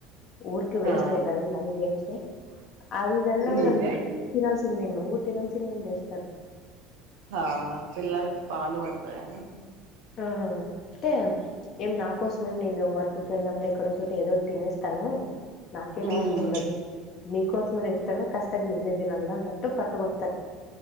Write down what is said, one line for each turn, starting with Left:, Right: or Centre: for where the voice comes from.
Left: ఊరుకె
Right: హా
Left: వేస్ట్ అయితది మనీ వేస్టే అది ఇది అన్న
Right: ఉమ్
Left: గూడా విండు తిన ల్సిందే నువ్వు తినాల్సిందే అని దెస్తరు
Right: హా పిల్లలకి పాలు బడుతాగని
Left: ఆ అంటే ఏం నా కోసమేమ్ నేను వర్ కు ఎళ్ళినబ్బుడు ఎక్కడో చోట ఏదోటి తినేస్తను నాకేం
Right: ఉమ్
Left: అవసరం ఉండదు నీకోసమే దెస్తను కష్టంగ నువ్వే దినల్ల అనట్టు పట్టుబడు